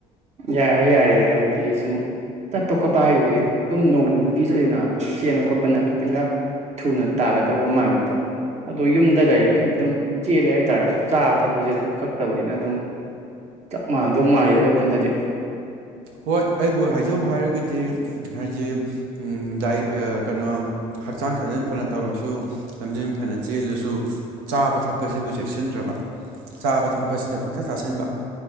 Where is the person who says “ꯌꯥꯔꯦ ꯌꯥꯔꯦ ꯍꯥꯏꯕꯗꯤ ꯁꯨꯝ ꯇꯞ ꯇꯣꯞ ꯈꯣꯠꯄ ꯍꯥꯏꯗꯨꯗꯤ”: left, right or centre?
Right